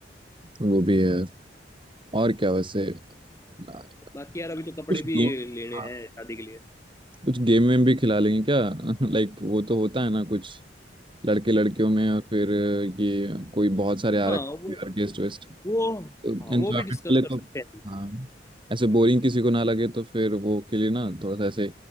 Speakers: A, on the right; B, on the left.
A: वो भी है यार। और क्या वैसे आ,
B: बाकी यार अभी तो कपड़े
A: कुछ
B: भी
A: गेम
B: लेने
A: हाँ
B: हैं शादी के लिए
A: कुछ गेम में भी खिला लेंगे क्या <laughs> लाइक वो तो होता है ना कुछ लड़के लड़कियों में और फिर ये कोई बहुत सारे आर्क
B: हाँ वो
A: आर्केस्ट वेस्ट
B: वो
A: तो
B: हाँ
A: एंजॉयमेंट
B: वो भी डिस्कस
A: वाले
B: कर
A: को
B: सकते हैं
A: हाँ ऐसे बोरिंग किसी को ना लगे तो फिर वो के लिए ना थोड़ा सा ऐसे